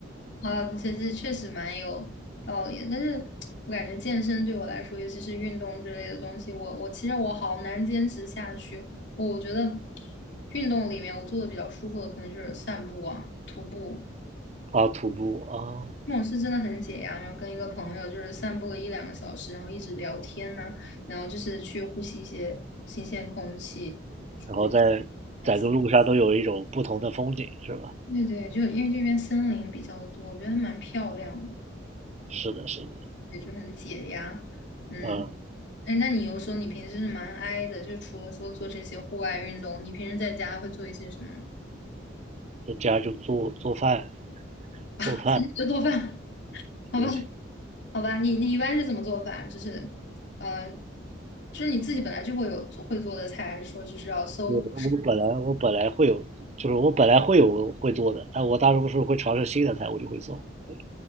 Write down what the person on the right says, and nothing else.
啊，徒步啊，
然后在在个路上都有一种不同的风景，
是吧？
是的，是的，
嗯，
在家就做做饭。做饭，
嗯
我我本来我本来会有，就是我本来会有会做的，但我大多数会尝试新的菜，我就会做。对，